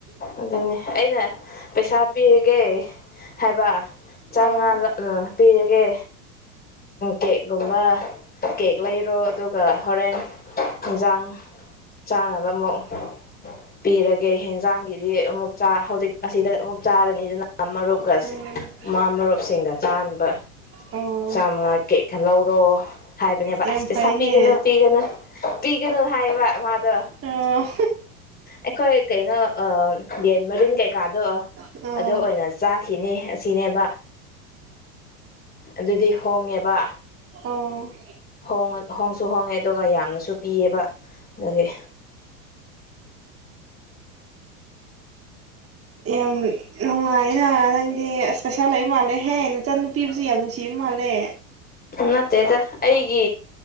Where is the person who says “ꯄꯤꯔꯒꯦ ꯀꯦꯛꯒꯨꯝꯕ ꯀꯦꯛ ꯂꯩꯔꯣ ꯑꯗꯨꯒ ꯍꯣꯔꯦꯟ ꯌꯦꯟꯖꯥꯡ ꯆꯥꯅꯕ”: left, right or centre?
Left